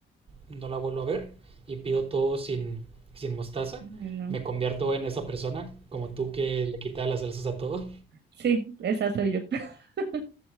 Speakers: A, on the right; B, on the right.
A: no la vuelvo a ver y pido todo sin, sin mostaza.
B: Ay, no.
A: Me convierto en esa persona, como tú que le quita las salsas a todo.
B: Sí, esa soy yo. <laughs>